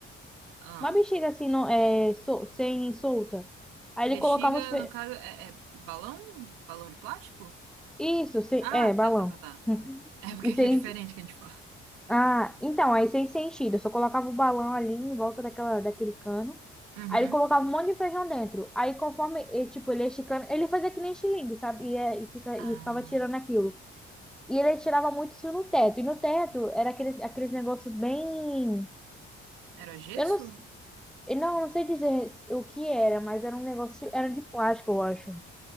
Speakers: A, on the right (about 85°); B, in the centre.
A: Ah,
B: Uma bexiga assim, não, é, sol- sem solta. Aí
A: bexiga,
B: ele colocava os fe...
A: no caso, é, é balão? Balão de plástico?
B: Isso, sem...
A: Ah,
B: é,
A: tá,
B: balão.
A: tá, tá, tá,
B: <laughs>
A: tá. É porque
B: E
A: aqui
B: sem,
A: é diferente que a gente fala.
B: Ah, então, aí sem sentido. Eu só colocava o balão ali em volta daquela, daquele cano.
A: Uhum.
B: Aí ele colocava um monte de feijão dentro. Aí conforme ele, tipo, ele ia esticando, ele fazia que nem xilingue, sabe? E, é- e, fica,
A: Ah,
B: e ficava tirando aquilo. E ele tirava muito isso no teto. E no teto era aqueles, aqueles negócios bem.
A: era gesso?
B: Eu não, s- eu não, não sei dizer o que era, mas era um negócio. Era de plástico, eu acho.